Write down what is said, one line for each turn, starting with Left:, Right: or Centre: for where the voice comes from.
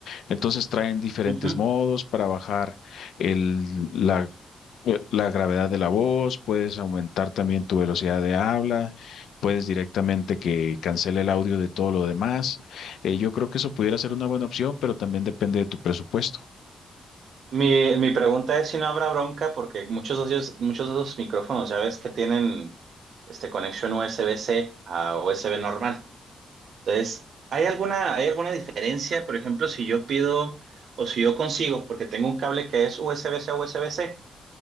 Left: Entonces traen diferentes
Right: ujú.
Left: modos para bajar el, la, eh, la gravedad de la voz, puedes aumentar también tu velocidad de habla, puedes directamente que cancele el audio de todo lo demás. Eh, yo creo que eso pudiera ser una buena opción, pero también depende de tu presupuesto.
Right: Mi, mi pregunta es si no habrá bronca, porque muchos de ellos- muchos de esos micrófonos ya ves que tienen este, conexión USB-C a USB normal. Entonces, ¿hay alguna, hay alguna diferencia? Por ejemplo, si yo pido o si yo consigo, porque tengo un cable que es USB-C a USB-C,